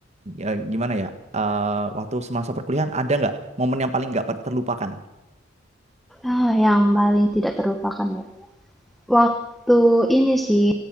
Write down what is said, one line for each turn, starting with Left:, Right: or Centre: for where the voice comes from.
Right: eh, gimana ya Eh, waktu semasa perkuliahan ada nggak momen yang paling nggak per- terlupakan
Centre: Ah, yang paling tidak terlupakan ya. Waktu ini sih,